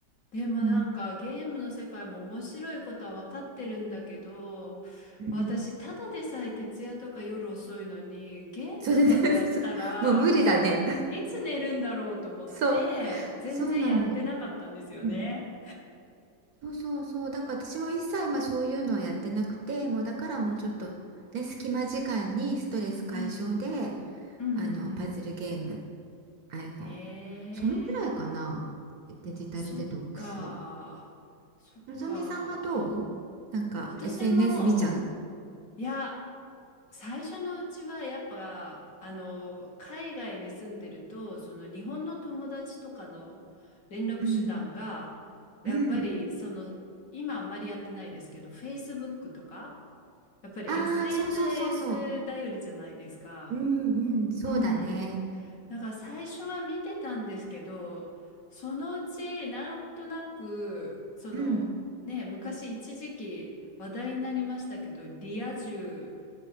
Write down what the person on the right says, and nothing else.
うん。うん。
それで、<laughs> そうもう無理だね。
そう。
そうなの。うんそうそうそう。だから私も一切まあそういうのはやってなくて、もうだからもうちょっとね、
隙間時間にストレス解消で、
あの、
パズルゲーム、iPhone。
そのぐらいかな。デデジタルデトックス。
のぞみさんはどうなんか
SNS 見ちゃう
うん。うん。
ああ、
そうそうそうそ
う。うんうん、そうだね。
うん。